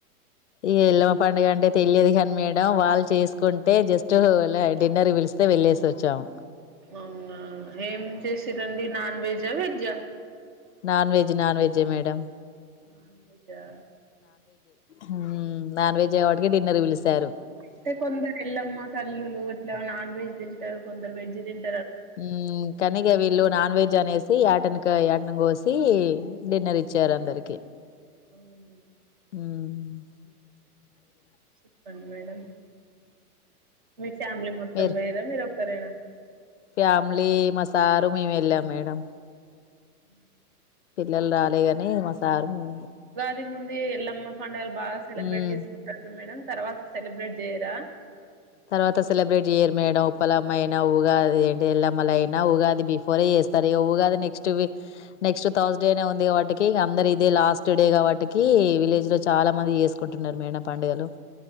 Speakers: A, on the left; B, on the right.
A: ఇగ ఎల్లమ్మ పండుగంటే తెల్యదు కానీ మేడం వాళ్ళు చేసుకుంటే జస్ట్ అలా డిన్నర్ కి పిలిస్తే వెళ్ళేసొచ్చాము.
B: అవునా ఏం చేసిర్రండి నాన్ వెజ్ జ వెజ్జ
A: నాన్ వెజ్ నాన్ వెజ్జె మేడం.
B: నాన్ వెజ్జా
A: మ్మ్ నాన్ వెజ్ కాబటికే డిన్నర్కి పిలుస్తారు.
B: అయితే కొందరు ఎల్లమ్మ తల్లులు ఇట్లా నాన్ వెజ్ తింటారు కొందరు వెజ్ తిన్
A: మ్మ్ తనిగ వీళ్ళు నాన్ వెజ్ అనేసి యాటని క యాటను కోసి డిన్నర్ ఇచ్చారు అందరికి.
B: అవునా
A: మ్మ్
B: చెప్పండి మేడం మిస్ ఫ్యామిలీ మొత్తం
A: మీరు
B: పోయిర్రా మీరు సరేనా
A: ఫ్యామిలీ మా సారు మేమెల్లాం మేడం.
B: మ్
A: పిల్లలు రాలే గాని మా సారు నేనె
B: ది ముందు ఈ ఎల్లమ్మ పండగలు బాగా సెలబ్రేట్
A: హ్మ్.
B: చేసుకుంటాండ్రు మేడం తర్వాత సెలబ్రేట్ చేయరా
A: తర్వాత సెలబ్రేట్ చెయ్యరు మేడం. ఉప్పలమ్మ అయినా, ఊగాది, ఏంటి ఎల్లమ్మలయినా ఉగాది బిఫోరే చేస్తారు ఇగ. ఊగాది నెక్స్ట్ వి నెక్స్ట్ థర్స్ డేనే ఉంది కాబట్టికి ఇగ అందరు ఇదే లాస్ట్ డే కాబట్టికి, విలేజ్ లో చాలా మంది చేసుకుంటున్నారు మేడం పండుగలు.